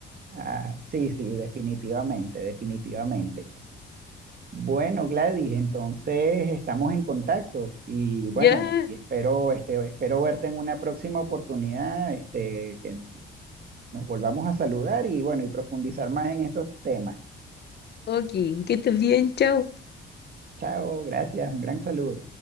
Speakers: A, on the right; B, on the left.
A: ah, sí, sí, definitivamente, definitivamente. Bueno, Gladys, entonces estamos en contacto y bueno,
B: Ya.
A: y espero, este, espero verte en una próxima oportunidad, este, que nos volvamos a saludar y bueno, y profundizar más en estos temas.
B: Ok, que estés bien, chao.
A: Chao, gracias, un gran saludo.